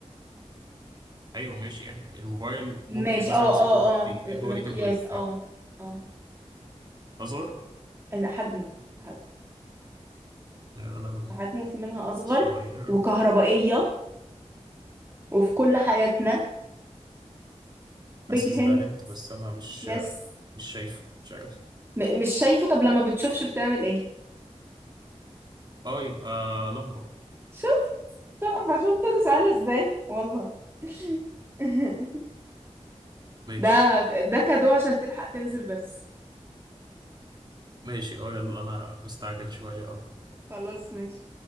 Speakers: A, on the right; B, on the right.
A: ايوه ماشي يعني الموبايل ممكن
B: ماشي
A: مثلا
B: اه
A: امسكه
B: اه
A: بايدي
B: اه
A: جوه
B: مقياس
A: ايدي كل
B: اه اه
A: فهزر
B: أنا حجمه حجمه
A: يا لهوي
B: حجمه في منها أصغر
A: صغيرة
B: وكهربائية وفي كل حياتنا بيج
A: حاسس
B: هند
A: ده انت بس انا مش
B: يس
A: مش شايفه مش عارف ليه.
B: م مش شايفه طب لما بتشوفش بتعمل ايه
A: اه يبقى لمبة
B: شفت تحفة شفت أنا سهلة ازاي والله <laughs>
A: ماشي
B: ده ده كادو عشان تلحق تنزل بس
A: ماشي اه يلا انا مستعجل شوية اه
B: خلاص ماشي